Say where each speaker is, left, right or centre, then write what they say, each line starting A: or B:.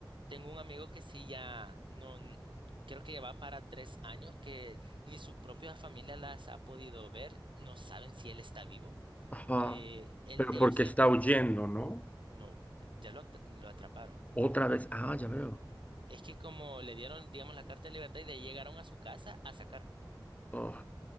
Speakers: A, on the right (about 80°); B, on the left (about 20°).
A: Tengo un amigo que sí, ya, no, n- creo que ya va para tres años que ni su propia familia las ha podido ver, no saben si él está vivo.
B: Ajá.
A: Eh, él-
B: Pero
A: ellos
B: porque
A: siempre,
B: está huyendo, ¿no?
A: no, ya lo, atra- lo atraparon.
B: Otra vez, ah, ya veo.
A: Es que como le dieron, digamos, la carta de libertad y de ahí llegaron a su casa a sacarlo.
B: Oh.